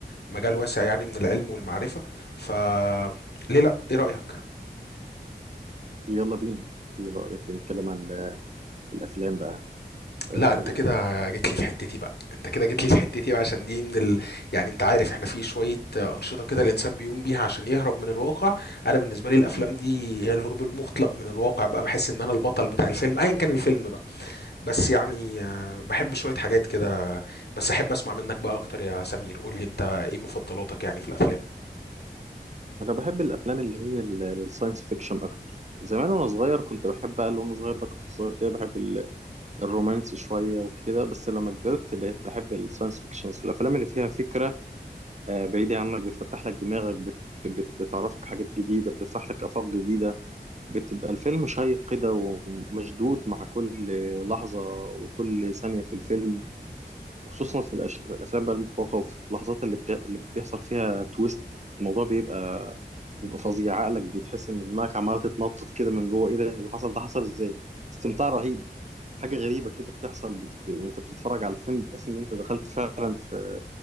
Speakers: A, on the left; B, on the right.
A: مجال واسع يعني من العلم والمعرفة ف ليه لا ايه رأيك
B: يلا بينا ايه رايك نتكلم عن ال- الافلام بقى آه،
A: لا انت كده جيت لي في حتتي بقى انت كده جيت لي في حتتي بقى عشان دي من ال... يعني انت عارف احنا في شوية أنشطة كده الإنسان بيقوم بيها عشان يهرب من الواقع انا بالنسبة لي الافلام
B: ال-
A: دي هي الهروب المطلق من الواقع بقى بحس ان انا البطل بتاع الفيلم ايا كان الفيلم بقى بس يعني آه، بحب شوية حاجات كده بس احب اسمع منك بقى اكتر يا سمير قول لي انت ايه مفضلاتك يعني في الافلام
B: انا بحب الافلام اللي هي الساينس فيكشن اكتر زمان وانا صغير كنت بحب بقى اللي وانا صغير بقى كنت صغير كده بحب الرومانسي شوية وكده بس لما كبرت بقيت بحب الساينس فيكشنز الأفلام اللي فيها فكرة آه، بعيدة عنك بتفتح لك دماغك بت بت بتعرفك حاجات جديدة بتفتح لك آفاق جديدة بتبقى الفيلم شيق كده ومشدود مع كل لحظة وكل ثانية في الفيلم وخصوصا في الأش... في الأفلام بقى المفوقة وفي اللحظات اللي, بت... اللي بيحصل فيها تويست الموضوع بيبقى بيبقى فظيع عقلك بتحس إن دماغك عمالة تتنطط كده من جوه إيه ده اللي حصل ده حصل إزاي استمتاع رهيب حاجة غريبة كده بتحصل بت... ب- وانت بتتفرج على الفيلم بتحس ان انت دخلت فعلا في